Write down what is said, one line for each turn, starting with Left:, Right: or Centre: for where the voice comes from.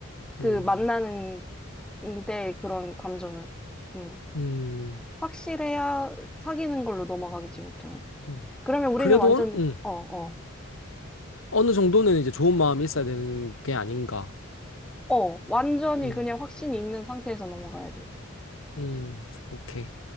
Centre: 그
Left: 음,
Centre: 만나는 데 그런 감정을. 응.
Left: 음,
Centre: 확실해야 사귀는 걸로 넘어가겠지, 보통은.
Left: 음.
Centre: 그러면 우리는
Left: 그래도,
Centre: 완전,
Left: 어느- 음,
Centre: 어, 어,
Left: 어느 정도는 이제 좋은 마음이 있어야 되는 게 아닌가.
Centre: 어, 완전히
Left: 음,
Centre: 그냥 확신이 있는 상태에서 넘어가야 돼.
Left: 음, 오케이.